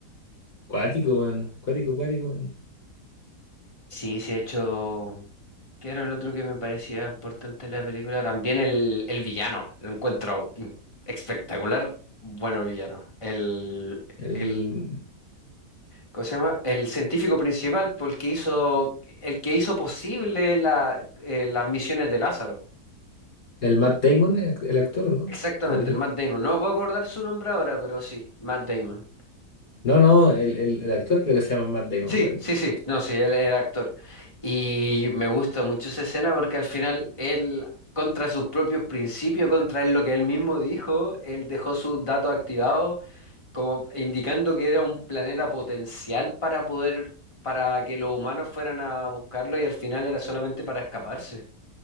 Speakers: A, on the left; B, on the left.
A: Cuático, weón. Cuático, cuático, weón.
B: Sí, sí, he hecho... ¿Qué era el otro que me parecía importante en la película? También el, el villano, lo encuentro in- espectacular, bueno villano. El,
A: El,
B: el, ¿Cómo se llama? El científico principal, por el que hizo, el que hizo posible la- eh, las misiones de Lázaro.
A: el Matt Damon, el, el actor, ¿o ¿no?
B: Exactamente,
A: El-
B: el Matt Damon. No puedo acordar su nombre ahora, pero sí, Matt Damon.
A: no, no, el, el- el actor creo que se llama Matt Damon,
B: Sí,
A: weón.
B: sí, sí, no, sí, él era actor. Y me gusta mucho esa escena porque al final él, contra sus propios principios, contra él, lo que él mismo dijo, él dejó sus datos activados como indicando que era un planeta potencial para poder, para que los humanos fueran a buscarlo y al final era solamente para escaparse.